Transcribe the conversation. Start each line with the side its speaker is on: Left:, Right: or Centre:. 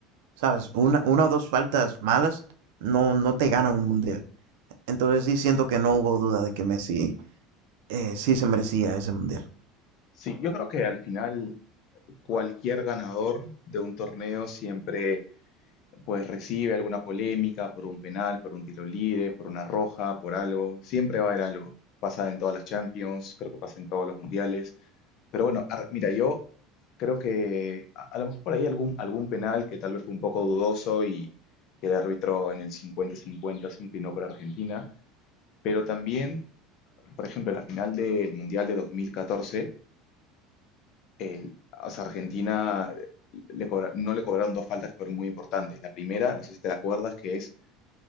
Right: ¿Sabes? Una, una o dos faltas malas no, no te ganan un mundial. Entonces sí siento que no hubo duda de que Messi eh, sí se merecía ese mundial.
Left: Sí, yo creo que al final cualquier ganador de un torneo siempre pues recibe alguna polémica por un penal, por un tiro libre, por una roja, por algo. Siempre va a haber algo. Pasa en todas las Champions, creo que pasa en todos los mundiales. Pero bueno, ar- mira, yo creo que a, a lo mejor por ahí algún, algún penal que tal vez fue un poco dudoso y que el árbitro en el cincuenta-cincuenta se inclinó para Argentina. Pero también, por ejemplo, en la final del Mundial de dos mil catorce. el, o sea, Argentina le cobra- no le cobraron dos faltas que fueron muy importantes. La primera, no sé si te la acuerdas, que es